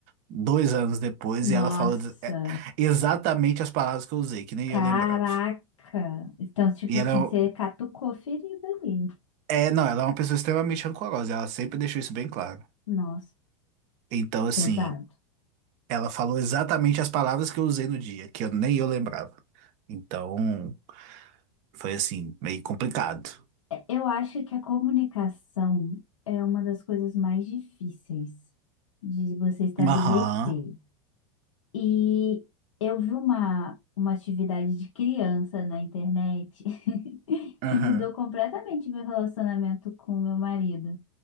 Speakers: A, on the right; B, on the left.
A: dois anos depois
B: Nossa,
A: e ela falou de- é, exatamente as palavras que eu usei, que nem
B: caraca.
A: eu lembrava.
B: Então, tipo
A: E
B: assim,
A: ela é, um-
B: você catucou ferida ali.
A: é, não, ela é uma pessoa extremamente rancorosa, ela sempre deixou isso bem claro.
B: Nossa,
A: Então, assim,
B: pesado.
A: ela falou exatamente as palavras que eu usei no dia, que eu nem eu lembrava. Então. Foi assim, meio complicado.
B: É, Eu acho que a comunicação é uma das coisas mais difíceis de você estabelecer.
A: Aham,
B: E eu vi uma, uma atividade de criança na internet
A: Aham.
B: que mudou completamente meu relacionamento com meu marido.